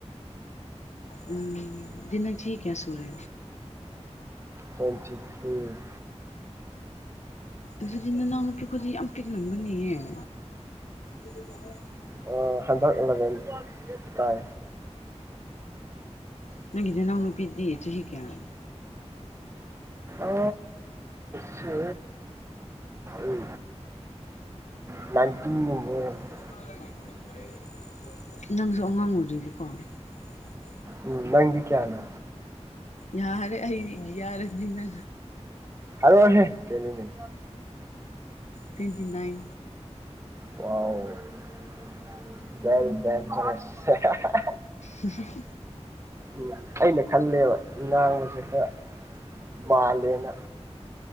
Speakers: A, on the left; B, on the right.
A: ꯎꯝ ꯅꯖꯤ ꯆꯍꯤ ꯀꯌꯥ ꯁꯨꯔꯦ
B: ꯆꯜꯆ꯭ꯔꯤ <unintelligible>
A: ꯑꯗꯨꯗꯤ ꯅꯅꯥꯎ ꯅꯨꯄꯤꯛꯄꯨꯗꯤ ꯌꯥꯝ ꯄꯤꯛꯂꯝꯒꯅꯤꯍ ꯑꯗꯨ ꯌꯥ <unintelligible>
B: ꯑ ꯍꯥꯟꯗꯛ ꯑꯂꯚꯦꯟ ꯇꯥꯏ
A: ꯅꯪꯒꯗꯦ ꯅꯎꯅꯨꯄꯤꯗꯦ ꯆꯨ ꯍꯤ ꯀ <unintelligible>
B: ꯑ ꯁ ꯏ <unintelligible> ꯅꯥꯏꯟꯇꯤꯟ <unintelligible>
A: <unintelligible> ꯅꯪꯁꯨ ꯑꯉꯥꯡ ꯎꯗ꯭ꯔꯤꯕꯀꯣ <unintelligible>
B: ꯎꯝ ꯅꯪꯗꯤ ꯀꯌꯥꯅꯣ
A: ꯌꯥꯔꯦ ꯑꯩ ꯌꯥꯔꯅꯤꯅ
B: ꯍꯥꯏꯔꯛ ꯑꯣꯍꯦ ꯀꯩꯅꯣꯅꯦ
A: ꯇ꯭ꯋꯦꯟꯇꯤ ꯅꯥꯏꯟ
B: ꯋꯎ <unintelligible>
A: ꯎꯝ <unintelligible>
B: ꯎ ꯑꯩꯅ ꯈꯜꯂꯦꯕ ꯉꯥꯡꯕ ꯁꯛꯄ ꯈꯔ ꯃꯥꯜꯂꯦꯅ